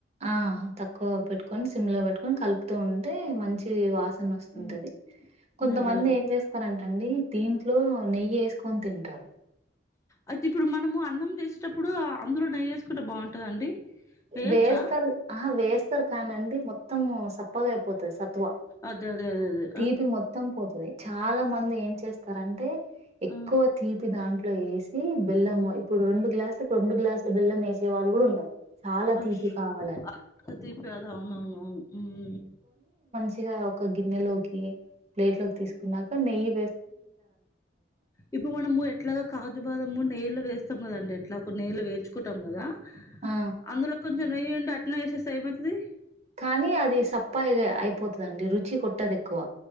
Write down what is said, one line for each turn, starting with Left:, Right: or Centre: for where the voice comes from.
Right: ఆ తక్కువ పెట్టుకొని సిమ్ లో పెట్టుకొని కలుపుతూ ఉంటే మంచి వాస వస్తుంది
Left: ఉమ్
Right: కొంత
Left: అదే
Right: మంది
Left: అదే
Right: ఏం చేస్తారంటే ండి దీంట్లో నెయ్యి వేసుకొని తింటారు
Left: అయితే ఇప్పుడు మనము అన్నం తీసేటప్పుడు అందులో నెయ్యి వేసుకుంటే బాగుంటదండి వేయొచ్చా
Right: వేస్తారు ఆహా వేస్త సార్ కానండి మొత్తము సప్పగా అయిపోతది సత్వ
Left: అదేదేదేదే
Right: తీపి మొత్తం పోతది చాలా మంది ఏం చేస్తారంటే ఎక్కువ
Left: ఆ ఆ!
Right: తీపి దాంట్లో ఇట్లో వేసి బెల్లం ఇప్పుడు రెండు గ్లాసులకు రెండు గ్లాసుల బెల్లం వేసే వాళ్ళు కూడా ఉన్నారు చాలా
Left: అవుచ్
Right: తీపి కావాలని
Left: <unintelligible> తీపి అద అవునవును హమ్
Right: సిగా ఒక గిన్నె లో ప్లేట్ లోకి తీసుకున్నాక నెయి
Left: ఇప్పుడు మనము ఎట్లాగో కాజు బాదము నే నలు వేస్తోంది అండి ఎట్లా కొ నేళ్లు వేయించుకొంటాము కదా
Right: ఆ
Left: అందులోకి కొంచెం నేయుండ అట్లే వేసేస్తే ఏమవుతాధీ
Right: కానీ అది సప్ప అయి అయిపోతుందండి రుచి కొట్టదు ఎక్కువ